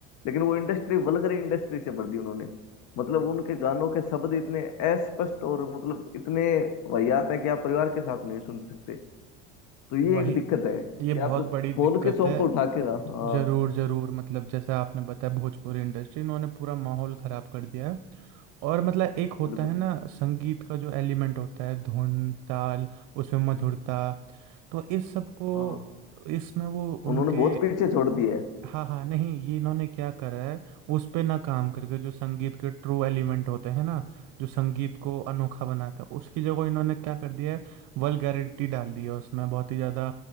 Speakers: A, on the left (about 65°); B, on the right (about 65°).
A: लेकिन वो इंडस्ट्री वल्गर इंडस्ट्री से भर दी उन्होंने मतलब उनके गानों के शब्द इतने अस्पष्ट और मतलब इतने वाहियात है कि आप परिवार के साथ नहीं सुन सकते तो ये
B: वही
A: एक दिक्कत है कि
B: ये बहुत
A: आप जब
B: बड़ी दिक्कत
A: फोन के सॉन्ग
B: है
A: को उठा के ना, हाँ
B: जरूर जरूर मतलब जैसे आपने बताया भोजपुरी इंडस्ट्री इन्होंने पूरा माहौल खराब कर दिया है और मतलब एक होता
A: बिल्कुल
B: है ना संगीत का जो एलिमेंट होता है धुन ताल उसमें मधुरता तो इस सब को
A: हाँ
B: इसमें वो उनके
A: उन्होंने बहुत पीछे छोड़ दिया है
B: हाँ हाँ नहीं ये इन्होंने क्या करा है उस पे ना काम करके जो संगीत के ट्रू एलिमेंट होते हैं ना जो संगीत को अनोखा बनाते हैं उसकी जगह इन्होंने क्या कर दिया है वल्गैरिटी डाल दी है उसमें बहुत ही ज़्यादा